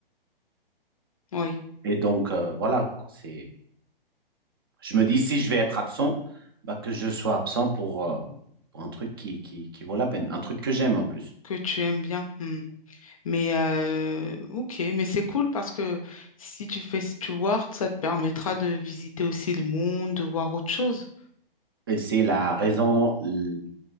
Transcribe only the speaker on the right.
Et donc, euh, voilà, quoi, c'est... je me dis, si je vais être absent, bah, que je sois absent pour, euh, pour un truc qui, qui, qui vaut la peine, un truc que j'aime en plus.
Et c'est la raison l-